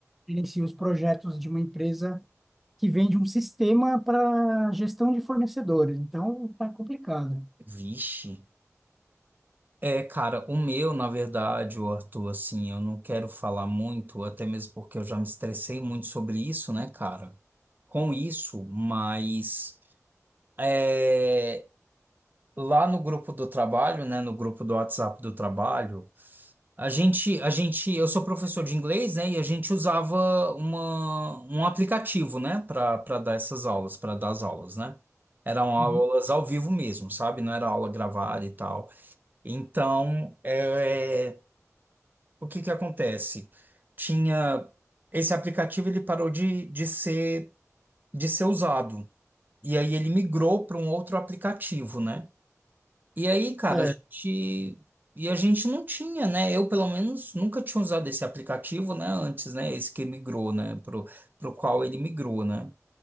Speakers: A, in the centre; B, on the right.
A: eu gerencio os projetos de uma empresa que vende um sistema para gestão de fornecedores. Então, tá complicado.
B: Vixe. É, cara, o meu, na verdade, o Arthur, assim, eu não quero falar muito, até mesmo porque eu já me estressei muito sobre isso, né, cara? Com isso, mas é, lá no grupo do trabalho, né, no grupo do WhatsApp do trabalho. A gente, a gente, eu sou professor de inglês, né? E a gente usava uma, um aplicativo, né? Para para dar essas aulas, para dar as aulas, né? Eram aulas
A: Uhum.
B: ao vivo mesmo, sabe? Não era aula gravada e tal. Então, é, o que que acontece? Tinha esse aplicativo, ele parou de, de ser de ser usado. E aí ele migrou para um outro aplicativo, né? E aí, cara,
A: Certo.
B: a gente. E a gente não tinha, né? Eu, pelo menos, nunca tinha usado esse aplicativo, né? Antes, né? Esse que migrou, né? Pro, pro qual ele migrou, né?